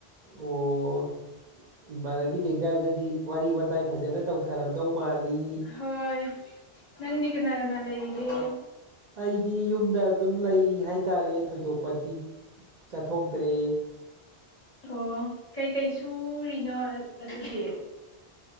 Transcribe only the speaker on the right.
ꯑꯣ ꯏꯃꯥꯟꯅꯕꯤ ꯀꯩꯀꯥꯗꯨꯗꯤ ꯋꯥꯔꯤ ꯋꯥꯇꯥꯏ ꯐꯖꯅ ꯇꯧꯊꯔꯝꯗꯧ ꯃꯥꯜꯂꯤ
ꯑꯩꯗꯤ ꯌꯨꯝꯗ ꯑꯗꯨꯝ ꯂꯩ ꯍꯥꯏꯇꯥꯔꯦ ꯊꯣꯏꯗꯣꯛꯄꯗꯤ ꯆꯠꯊꯣꯛꯇ꯭ꯔꯦ